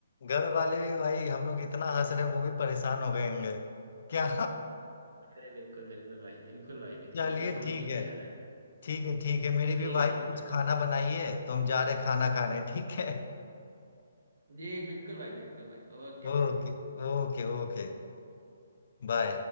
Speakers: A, on the left; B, on the right.
A: घर वाले भी भाई हम लोग इतना हंस रहे हैं, वो भी परेशान हो गए होंगे क्या
B: अरे बिल्कुल बिल्कुल भाई बिल्कुल भाई बिल्कुल
A: चलिए
B: कुछ समझ
A: ठीक
B: ही नहीं
A: है
B: आ रहा है
A: ठीक है ठीक है मेरी
B: ठीक
A: भी
B: है
A: वाइफ
B: ठीक है
A: कुछ
B: भाई
A: खाना
B: ओके
A: बनाई है तो हम जा रहे खाना खाने ठीक है
B: जी बिल्कुल भाई बिल्कुल भाई ओके
A: Okay
B: भाई
A: okay okay बाय